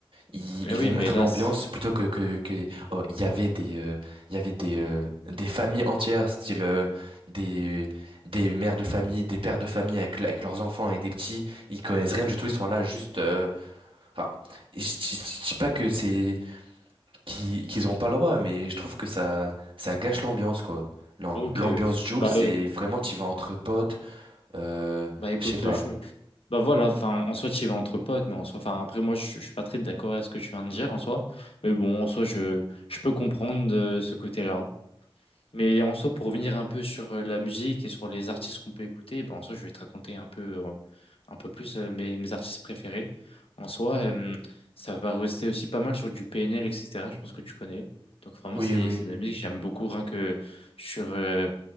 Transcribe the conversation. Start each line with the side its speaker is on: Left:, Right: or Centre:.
Right: ils,
Left: Ah
Right: ils
Left: oui,
Right: vont
Left: mais
Right: mettre
Left: là,
Right: l'ambiance
Left: c'est-
Right: plutôt que que que oh, il y avait des euh, il y avait des euh, des familles entières style euh, des des mères de famille des pères de famille avec avec leurs enfants et des petits ils connaissent rien du tout ils sont là juste euh, enfin je je- je dis pas que c'est qu'ils qu'ils ont pas le droit mais je trouve que ça ça gâche l'ambiance quoi L'am-
Left: ok,
Right: l'ambiance Joule
Left: bah,
Right: c'est
Left: euh,
Right: vraiment tu vas entre potes euh,
Left: bah écoute,
Right: je sais pas
Left: je- bah voilà, enfin, en soi tu y vas entre potes, mais en soi, enfin après moi je, je suis pas très d'accord à ce que tu viens de dire en soi, mais bon, en soi je, je peux comprendre euh, ce côté-là. Mais en soi, pour revenir un peu sur euh, la musique et sur les artistes qu'on peut écouter, ben, en soi, je vais te raconter un peu, euh, un peu plus euh, mes, mes artistes préférés. En soi, euh, ça va rester aussi pas mal sur du PNL, etc. Je pense que tu connais. Donc vraiment,
Right: oui
Left: c'est,
Right: oui
Left: c'est de la musique que j'aime beaucoup, rien que sur, euh,